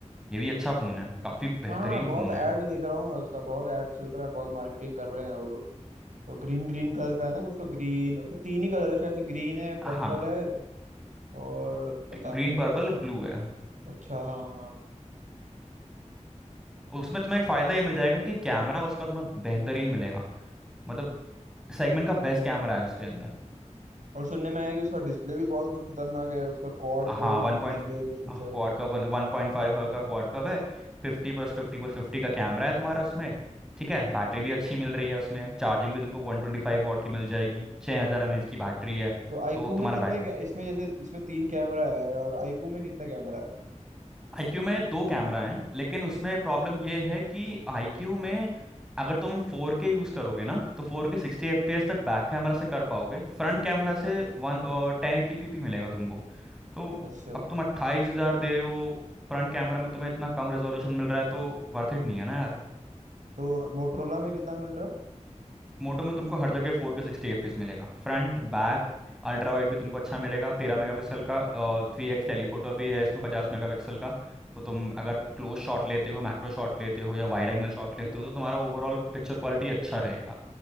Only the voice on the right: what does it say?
हाँ बहुत
ऐड
देख रहा हूँ मैं उसका बहुत ऐड चल रहा है बहुत मार्केटिंग कर रहे हैं वो लोग वो ग्रीन ग्रीन कलर का है ना कुछ तो ग्रीन उसके तीन ही कलर है शायद से ग्रीन है
पर्पल है और पता
नहीं मेरे
को
अच्छा हाँ हाँ
और सुनने में आया कि उसका डिस्प्ले भी बहुत कुछ खतरनाक है उसका क्वाड
कर्व्ड
डिस्प्ले कुछ कुछ
है
हम्म।
तो आईकू
में कितने कै- इसमें जैसे इसमें तीन कैमरा है और आईकू में कितने कैमरा है
अच्छा
अच्छा
तो मोटरोला में कितना मिल रहा है